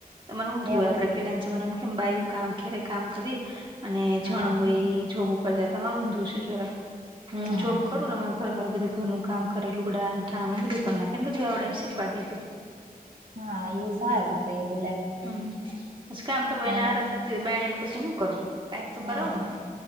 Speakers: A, on the right; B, on the right.
A: તમારે ઊંધું
B: એવું
A: હોય, આપણે
B: છે.
A: પેલા જમાનામાં કેમ બાયું કામ ઘેરે કામ કરીએ અને
B: હા
A: જણ હોય ઈ જોબ ઉપર જતા. તમાર ઊંધું છે જરાક, હું
B: હા
A: જોબ કરું ને માર ઘરવાળું બધું ઘરનું કામ કરે, લુંગડાન થામ, એ બધું કર નાખે, એને બધું આવડે હે, એન શીખવાડ દીધું.
B: હા ઈ સારું કયરું લે.
A: હમ્મ. પછી કામ કરવુ એને
B: એમ
A: આરહ થતી હોય બાયણેનું પછી હું કરવું કાંઈક તો
B: હા
A: કરાવુંને.